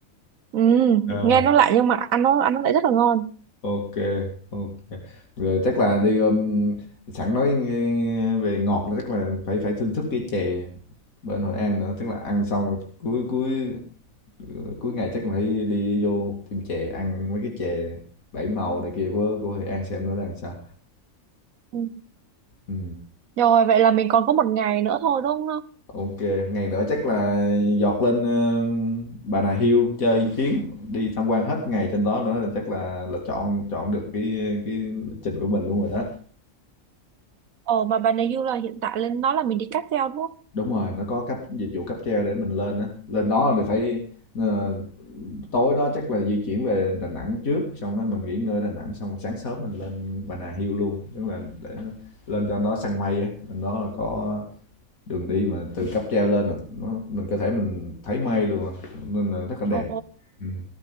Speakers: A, on the right (about 80°); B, on the left (about 85°).
A: Ừ.
B: đó
A: nghe nó lạ nhưng mà ăn nó ăn nó lại rất là ngon
B: ok ok rồi chắc là đi um, sẵn nói nghe về ngọt là chắc là phải phải thưởng thức cái chè bên Hội An nữa tức là ăn xong rồi cuối cuối cuối ngày chắc phải đi vô một tiệm chè ăn mấy cái chè bảy màu này kia của của Hội An xem nó là làm sao
A: ừ.
B: ừ.
A: rồi vậy là mình còn có một ngày nữa thôi đúng không
B: ok ngày nữa chắc là dọt lên ờ, Bà Nà Hills chơi một chuyến đi tham quan hết ngày trên đó nữa là chắc là là chọn chọn được cái cái lịch trình của mình luôn rồi đó
A: ồ mà bà này như là hiện tại lên nó là mình đi cáp treo đúng không
B: đúng rồi nó có cấp dịch vụ cáp treo để mình lên á lên đó thì phải ờ, tối đó chắc là di chuyển về Đà Nẵng trước xong rồi mình nghỉ ngơi Đà Nẵng xong sáng sớm mình lên Bà Nà Hills luôn tức là để lên cho nó săn mây á lên đó là có đường đi mà từ cáp treo lên là nó, mình có thể mình thấy mây luôn à. nên là rất là
A: ồ
B: đẹp ừ.